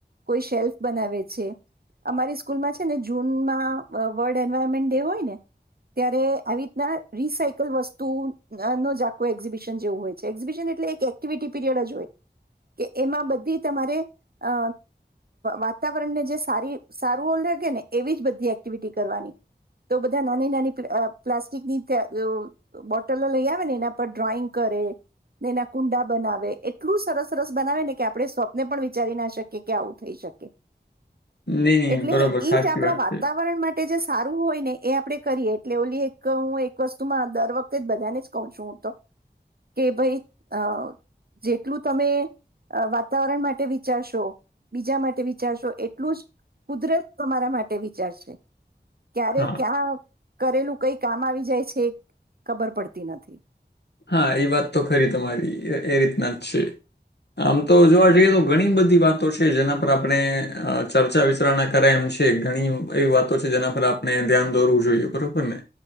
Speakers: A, on the right; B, on the left.
A: કોઈ શેલ્ફ બનાવે છે અમારી સ્કૂલમાં છે, ને જૂનમાં વર્લ્ડ એન્વાયરમેન્ટ ડે હોય ને ત્યારે આવી રીતના રિસાયકલ વસ્તુ નો જ આખો એક્ઝિબિશન જેવું હોય છે એક્ઝિબિશન એટલે એક્ટિવિટી પીરિયડ જ હોય. કે એમાં બધી તમારે અ વાતાવરણને જે સારી સારું ઓ લગે ને એવી જ બધી એક્ટિવિટી કરવાની તો બધા નાની-નાની પ્લાસ્ટિકની બોટલો લઈ આવે ને એના પર ડ્રોઈંગ કરે ને એના કુંડા બનાવે એ એટલું સરસ-સરસ બનાવે ને કે આપણે સ્વપ્ને પણ વિચારી ના શકીએ કે આવું થઈ શકે.
B: નહી નહી
A: એટલે
B: બરોબર
A: ઈ
B: સાચી
A: જ આપણા
B: વાત
A: વાતાવરણ
B: છે
A: માટે જે સારું હોય ને એ આપડે કરીએ એટલે ઓલી એક હું એક વસ્તુમાં દર વખતે જ બધાને જ કહ છું હું તો કે ભાઈ અ જેટલું તમે વાતાવરણ માટે વિચારશો બીજા માટે વિચારશો એટલું જ કુદરત તમારા માટે વિચારશે. ક્યારે
B: હા
A: ક્યાં કરેલું કઈક કામ આવી જાય છે, ખબર પડતી નથી.
B: હા એ વાત તો ખરી તમારી એ રીતના જ છે. આમ તો જોવા જઈએ તો ઘણી બધી વાતો છે, જેના પર આપણે ચર્ચા વિચારણા કરાય એમ છે ઘણી એવી વાતો છે જેના પર આપણે ધ્યાન દોરવું જોઈએ બરોબર ને